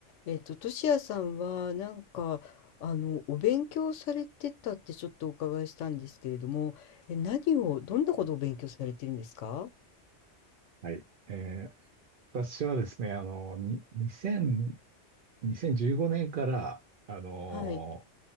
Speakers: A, on the left; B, on the right.
A: えっと、としやさんはなんかあのお勉強されてたってちょっとお伺いしたんですけれども、え、何をどんなことを勉強されてるんですか？
B: はい。えー私はですね、あの、に、2000、2015年から、あの、
A: はい、